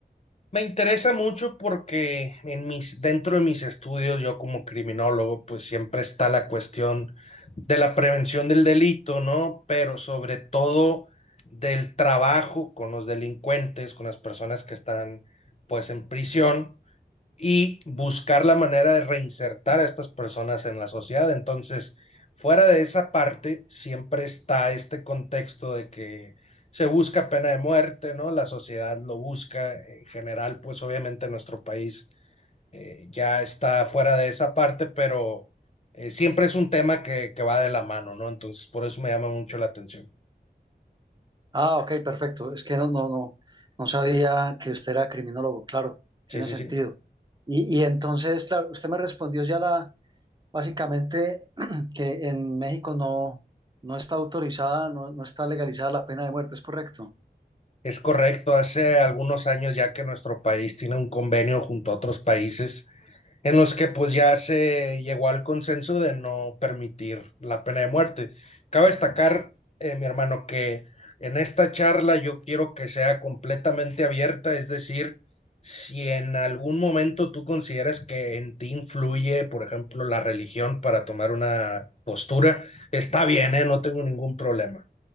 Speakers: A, on the left (about 40°); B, on the right (about 25°).
A: Me interesa mucho porque en mis, dentro de mis estudios, yo como criminólogo, pues siempre está la cuestión de la prevención del delito, ¿no? Pero sobre todo del trabajo con los delincuentes, con las personas que están pues en prisión y buscar la manera de reinsertar a estas personas en la sociedad. Entonces, fuera de esa parte, siempre está este contexto de que se busca pena de muerte, ¿no? La sociedad lo busca. En general, pues obviamente nuestro país eh, ya está fuera de esa parte, pero eh, siempre es un tema que, que va de la mano, ¿no? Entonces, por eso me llama mucho la atención.
B: Ah, ok, perfecto. Es que no, no, no, no sabía que usted era criminólogo, claro, tiene
A: Sí, sí,
B: sentido.
A: sí.
B: Y, y entonces, claro, usted me respondió ya la, básicamente <clears throat> que en México no, no está autorizada, no, no está legalizada la pena de muerte, ¿es correcto?
A: Es correcto, hace algunos años ya que nuestro país tiene un convenio junto a otros países en los que pues ya se llegó al consenso de no permitir la pena de muerte. Cabe destacar, eh, mi hermano, que en esta charla yo quiero que sea completamente abierta, es decir, si en algún momento tú consideras que en ti influye, por ejemplo, la religión para tomar una postura, está bien, ¿eh? No tengo ningún problema.